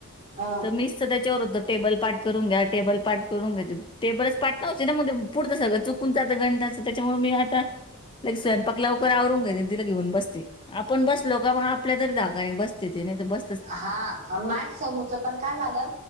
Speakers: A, on the right (about 35°); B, on the left (about 20°).
A: हा!
B: मीस तर त्याच्यावर होत टेबल पाठ करून घ्या टेबल पाठ करून घ्या टेबलच पाठ न्हवतेना म ते पुढतं सगळं चुकून जातं गणिच त्याच्यामुळे मी आता लाईक स्वयंपाक लवकर आवरून घेते आणि तिला घेऊन बसते. आपण बसलो का म आपल्या तरी धाकाने बसतेती नाही तर बस
A: हा माय समूच पण काय झालं